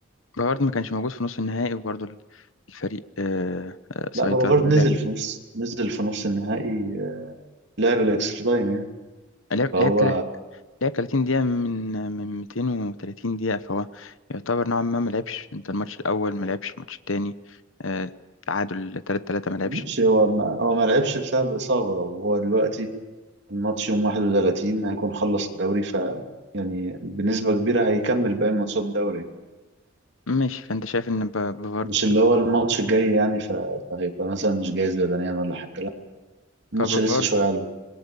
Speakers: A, on the left; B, on the right.
A: بافارد ما كانش موجود في نص النهائي وبرضه ال- الفريق آه، آه، سيطر
B: لا بافارد
A: ولعب
B: نزل في نص نزل في نص النهائي آه، لعب الإكسترا تايم يعني
A: لعب
B: فهو
A: لعب تل- لعب 30 دقيقة من من 230 دقيقة فهو يعتبر نوعا ما ما لعبش انت الماتش الأول ما لعبش الماتش التاني آه، تعادل 3 3 ما لعبش
B: ماشي هو ما هو ما لعبش بسبب إصابة وهو دلوقتي الماتش يوم 31 هيكون خلص الدوري ف يعني بنسبة كبيرة هيكمل باقي ماتشات الدوري
A: ماشي فأنت شايف إن ب- بافارد
B: مش اللي هو الماتش الجاي يعني ف... فهيبقى مثلا مش جاهز بدنيا ولا حاجة لا الماتش
A: فبافارد
B: لسه شوية عليه